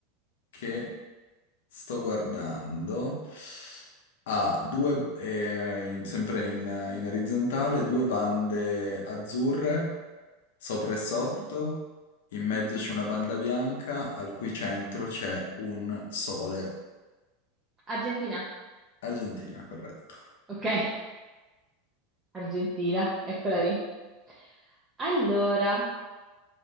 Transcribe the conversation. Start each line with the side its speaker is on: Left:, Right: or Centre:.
Left: che Sto guardando. Ha due, eh, in- sempre in, in orizzontale, due bande azzurre, sopra e sotto.
Right: Ok.
Left: In mezzo
Right: Mhm.
Left: c'è una banda bianca, al cui centro c'è un sole.
Right: Argentina.
Left: Argentina, corretto.
Right: Ok, Argentina, eccola lì. Allora,